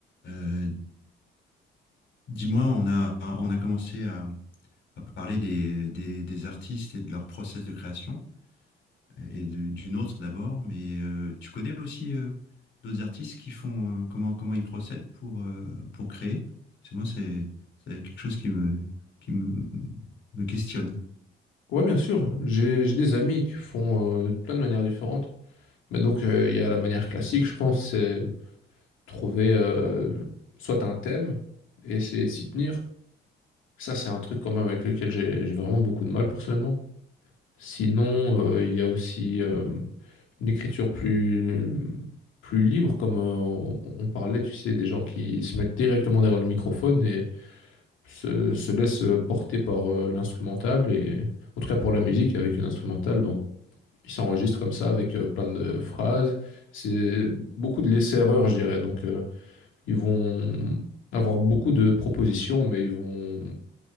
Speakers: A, on the left; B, on the left.
A: Euh, dis-moi, on a, on a commencé à, à parler des, des, des artistes et de leur process de création, et de- du nôtre d'abord, mais euh, tu connais aussi euh, d'autres artistes qui font, euh, comment, comment ils procèdent pour, euh, pour créer? C'est moi, c'est, c'est quelque chose qui me, qui me, me questionne.
B: Ouais, bien sûr. J'ai j'ai des amis qui font euh, plein de manières différentes. Mais donc, euh, il y a la manière classique, je pense, c'est trouver euh, soit un thème et essayer de s'y tenir. Ça, c'est un truc quand même avec lequel j'ai j'ai vraiment beaucoup de mal personnellement. Sinon, euh, il y a aussi euh, une écriture plus, plus libre, comme euh, on on parlait, tu sais, des gens qui se mettent directement derrière le microphone et se, se laissent porter par euh, l'instrumental et en tout cas pour la musique avec une instrumentale. Donc, Ils s'enregistrent comme ça avec euh, plein de phrases. C'est beaucoup de laisser-erreur, je dirais. Donc, euh, ils vont avoir beaucoup de propositions, mais ils vont